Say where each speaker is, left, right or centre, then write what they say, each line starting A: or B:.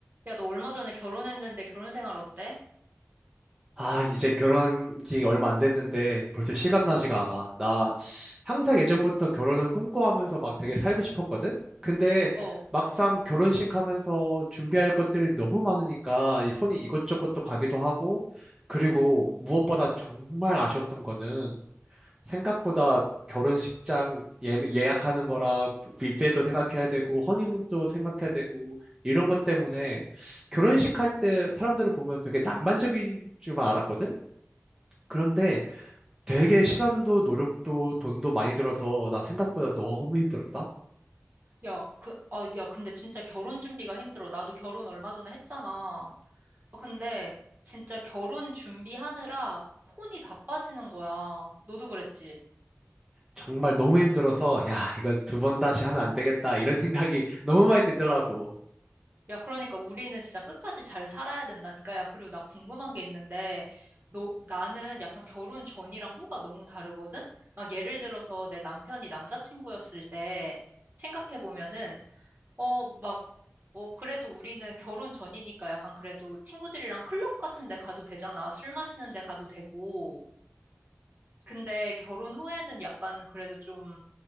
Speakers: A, on the right; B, on the right.
A: 야, 너 얼마 전에 결혼했는데 결혼 생활 어때?
B: 아, 이제 결혼한 지 얼마 안 됐는데 벌써 실감나지가 않아. 나 항상 예전부터 결혼을 꿈꿔하면서 막 되게 살고 싶었거든? 근데
A: 어.
B: 막상 결혼식 하면서 준비할 것들이 너무 많으니까 이 손이 이것저것 또 가기도 하고, 그리고 무엇보다
A: 어.
B: 정말 아쉬웠던 거는 생각보다 결혼식장 예, 예약하는 거랑 뷔페도 생각해야 되고 허니문도 생각해야 되고 이런 것 때문에 결혼식 할 때 사람들을 보면 되게 낭만적일 줄만 알았거든? 그런데 되게 시간도 노력도 돈도 많이 들어서 나 생각보다 너무 힘들었다.
A: 야, 그, 아, 야, 근데 진짜 결혼 준비가 힘들어. 나도 결혼 얼마 전에 했잖아. 아, 근데 진짜 결혼 준비하느라 혼이 다 빠지는 거야. 너도 그랬지?
B: 정말 너무 힘들어서 야, 이거 두 번 다시 하면 안 되겠다 이런 생각이 <laughs> 너무 많이 들더라고.
A: 야, 그러니까 우리는 진짜 끝까지 잘 살아야 된다니까. 야, 그리고 나 궁금한 게 있는데, 너, 나는 약간 결혼 전이랑 후가 너무 다르거든? 막 예를 들어서 내 남편이 남자친구였을 때 생각해보면은, 어, 막, 어, 그래도 우리는 결혼 전이니까 약간 그래도 친구들이랑 클럽 같은 데 가도 되잖아. 술 마시는 데 가도 되고. 근데 결혼 후에는 약간 그래도 좀